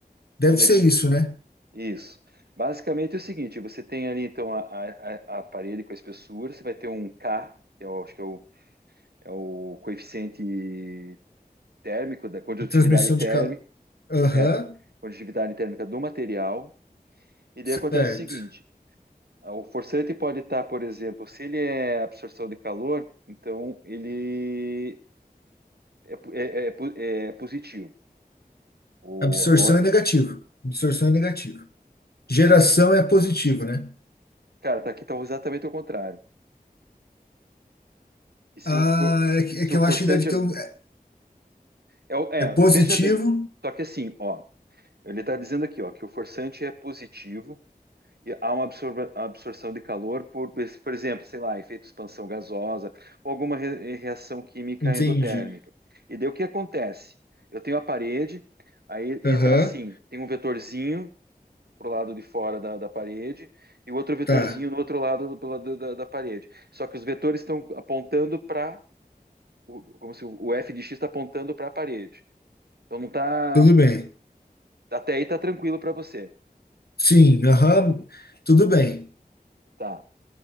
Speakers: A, on the left (about 80°); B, on the right (about 90°).
A: Deve
B: Beleza.
A: ser isso, né?
B: Isso. Basicamente é o seguinte, você tem ali então a, a, a a parede com a espessura, você vai ter um K, que eu acho que é o, é o coeficiente térmico, da condutividade
A: De transmissão
B: térmica,
A: de calor. Aham,
B: é, condutividade térmica do material, e daí
A: certo.
B: acontece o seguinte, a- o forçante pode estar, por exemplo, se ele é absorção de calor, então ele é, po- é, é, é po- é positivo. O,
A: Absorção
B: o-
A: é negativo. Absorção é negativo. Geração é positivo, né?
B: cara, tá aqui tá exatamente o contrário, que se
A: Ah,
B: o, for-
A: é que,
B: se
A: é que
B: o
A: eu
B: forçante
A: acho que deve ter
B: é
A: um. É
B: É, o- é,
A: é positivo.
B: veja bem, só que assim, ó, ele está dizendo aqui, ó, que o forçante é positivo e há uma absorva- absorção de calor por, por exemplo, sei lá, efeito expansão gasosa ou alguma re- reação química
A: Entendi.
B: endotérmica. E daí o que acontece? Eu tenho a parede, aí ele
A: Aham,
B: está assim, tem um vetorzinho pro lado de fora da, da parede e o outro vetorzinho
A: tá.
B: no outro lado do, pela- da, da- da parede. Só que os vetores estão apontando para, como se o o f de x está apontando para a parede. Então não está
A: Tudo bem.
B: Até aí tá tranquilo para você.
A: Sim, aham, tudo bem.
B: Tá.